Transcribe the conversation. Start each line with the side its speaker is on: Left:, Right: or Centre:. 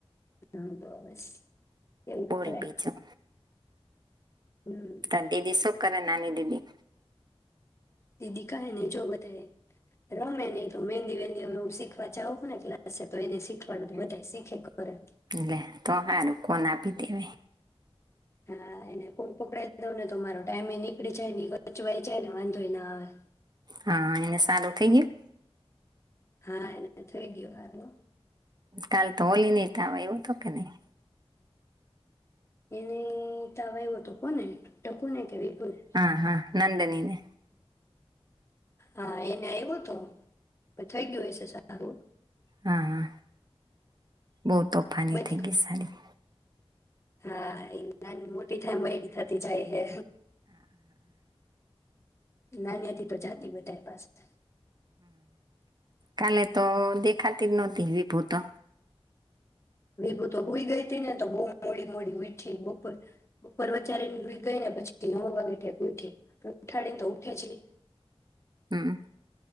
Left: હમ્મ બસ. એવું
Right: બોલ
Left: કરાય
Right: બીજુ.
Left: હમ
Right: તાર દીદી શું કરે નાની દીદી?
Left: દીદી કાહે ને જો બધાય રમે નહી તો મહેંદી વહેંદી હ હ શીખવા જાવું પડે ને એટલે અચ્છા તો એને શીખવાનું તો બધા શીખે તો ખરા
Right: લે તો હારું કોન આપીતી એને
Left: હા એને ફોન પકડાઈ દઉ ને તો મારો ટાઈમે એ નીકળી જાય અને એ <inaudible> સચવાય જાયને વાંધોય ના આવે
Right: હા એને સારું થઈ ગયું
Left: હા એને થઈ ગયો હારુ
Right: કાલ તો હોલી ને તાવ આયવો તો કે નહી?
Left: એને ત એવું તો અવે કોને ટકું ને કે? વિપુને
Right: હા હા નંદનીને
Left: હા એને આયવો તો પણ થઈ ગયું હશે સારું
Right: હા હા બહુ તોફાની
Left: બધ
Right: થઈ ગઈ સાારી
Left: હા એ નાની મોટી થાય એમ વયડી થતી જાય હે ના <inaudible> તો જાતિ બધાય પાસેતો
Right: કાલે તો દેખાતી જ નહોતી વિપુતો
Left: વિભુ તો હુઈ ગઈ ત ને તો બ મોડી મોડી ઉયઠી બોપર બપોર વચારેને રઈ ગઈ ને પછી ન વાેક ઉઠી. ઉઠાડી તો ઊઠેજની.
Right: હમ્મ.